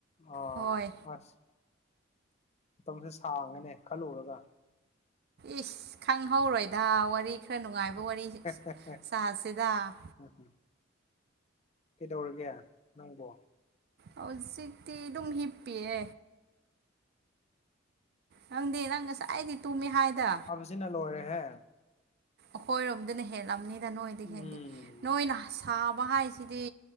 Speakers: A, on the left; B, on the right.
A: ꯑꯣ
B: ꯍꯣꯏ
A: ꯑꯁ ꯃꯇꯝꯖꯦ ꯁꯥꯡꯉꯅꯦ ꯈꯜꯂꯨꯔꯒ
B: ꯏꯁ ꯈꯪꯍꯧꯔꯣꯢꯗ ꯋꯥꯔꯤ ꯈꯔ ꯅꯨꯡꯉꯥꯢꯕ ꯋꯥꯔꯤ
A: ꯍꯦꯍꯦꯍꯦ
B: ꯁꯥꯁꯤꯗ
A: ꯀꯩꯗꯧꯔꯒꯦ ꯅꯪꯕꯣ
B: ꯍꯧꯖꯤꯛꯇꯤ ꯑꯗꯨꯝ ꯍꯤꯞꯄꯤꯌꯦ ꯅꯪꯗꯦ ꯅꯪ ꯉꯁꯥꯢꯗꯩ ꯇꯨꯝꯃꯦ ꯍꯥꯢꯗ
A: ꯁꯤꯅ ꯂꯣꯢꯔꯦꯍꯦ
B: ꯑꯩꯈꯣꯢꯔꯣꯝꯗꯅ ꯍꯦꯜꯂꯝꯅꯤꯗ ꯅꯣꯢꯗꯤ
A: ꯎꯝ
B: ꯍꯦꯟꯗꯦ ꯅꯣꯢꯅ ꯁꯥꯕ ꯍꯥꯢꯁꯤꯗꯤ